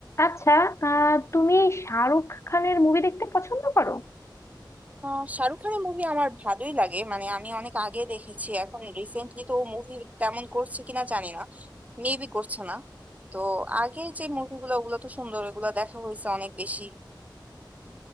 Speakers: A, on the left; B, on the right.
A: আচ্ছা আহ তুমি শাহরুখ খানের মুভি দেখতে পছন্দ করো
B: আহ, শাহরুখ খানের মুভি আমার ভালোই লাগে মানে আমি অনেক আগে দেখেছি এখন রিসেন্টলি তো মুভি তেমন করছে কিনা জানি না মেবি করছে না তো আগের যে মুভিগুলো ওগুলো তো সুন্দর ওগুলো দেখা হয়েছে অনেক বেশি